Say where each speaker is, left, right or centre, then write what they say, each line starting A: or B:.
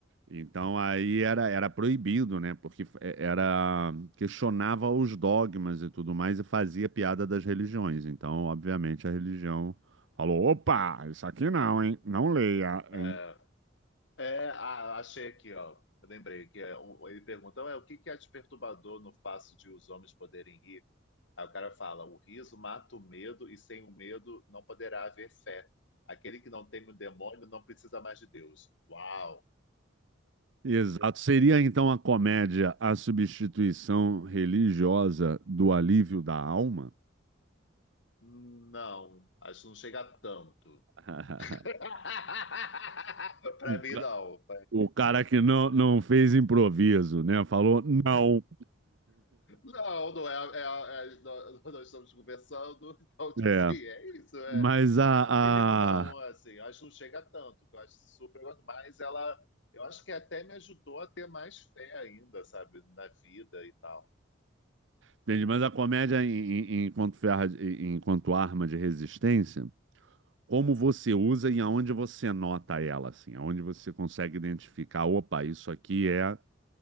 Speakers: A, on the right; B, on the left.
A: Então aí era, era proibido, né? Porque é- era questionava os dogmas e tudo mais e fazia piada das religiões. Então, obviamente, a religião falou: opa, isso aqui não, hein? Não leia,
B: É.
A: hein?
B: É, ah, achei aqui, ó. Eu lembrei que é um- ele pergunta, "Ué, o que que é de no fato de os homens poderem rir? Aí o cara fala, o riso mata o medo e sem o medo não poderá haver fé. Aquele que não teme o demônio não precisa mais de Deus. Uau!
A: Exato. Seria então a comédia a substituição religiosa do alívio da alma?
B: Não, acho que não chega a tanto.
A: <laughs>
B: <laughs> Para
A: O, ca-
B: mim, não.
A: o cara que não, não fez improviso, né? Falou não.
B: Não, não é, é- é- nó- nós estamos conversando, <laughs> então, tipo
A: É.
B: assim, é isso, é.
A: Mas a,
B: Na minha opinião, não, assim, acho que não chega tanto, que eu acho super, mas ela, eu acho que até me ajudou a ter mais fé ainda, sabe, na vida e tal.
A: Entendi, mas a comédia em- em- enquanto, ferra, em- enquanto arma de resistência, como você usa e aonde você nota ela, assim, aonde você consegue identificar, opa, isso aqui é,